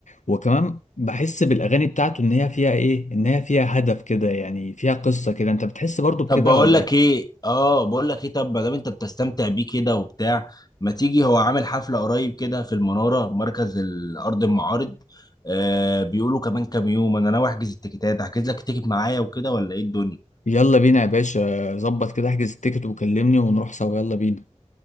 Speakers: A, on the left (about 75°); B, on the left (about 30°).
A: وكمان بحس بالاغاني بتاعته ان هي فيها ايه ان هي فيها هدف كده يعني فيها قصة كده انت بتحس برضه بكده
B: طب بقول
A: ولا
B: لك
A: إيه؟
B: ايه اه بقول لك ايه طب ما دام انت بتستمتع بيه كده وبتاع ما تيجي هو عامل حفله قريب كده في المناره مركز الارض المعارض آه بيقولوا كمان كام يوم انا ناوي احجز التيكيتات احجز لك التيكت معايا وكده ولا ايه الدنيا
A: يلا بينا يا باشا ظبط كده احجز التيكت وكلمني ونروح سوا يلا بينا